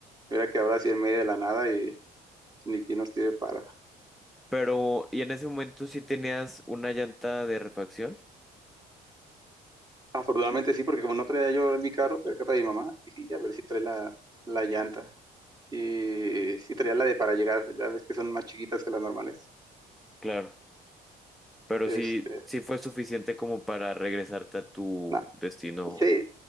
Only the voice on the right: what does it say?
mira que ahora sí en medio de la nada y ni quien nos tire para.
Afortunadamente sí, porque como no traía yo en mi carro, traía el carro de mi mamá, dije, ya a ver si trae la, la llanta. Y sí traía la de para llegar, ya ves que son más chiquitas que las normales.
Este,
no,
sí,